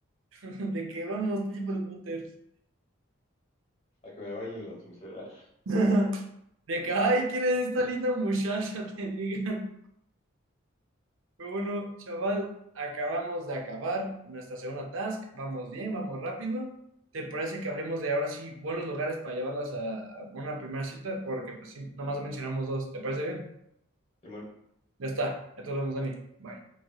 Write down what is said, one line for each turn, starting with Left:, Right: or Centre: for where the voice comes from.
Right: <laughs> De que vamos, tipo el waters.
Left: a que me bailen las meseras.
Right: <laughs> De que, ay, ¿quién es esta linda muchacha? <laughs> Te diga. Bueno, chaval, acabamos de acabar nuestra segunda task. Vamos bien, vamos rápido. ¿Te parece que hablemos de ahora sí buenos lugares para llevarlas a, a una primera cita? Porque pues sí, nomás mencionamos dos. ¿Te parece bien?
Left: Simón.
Right: Ya está. Ya nos vemos, Dani. Bye.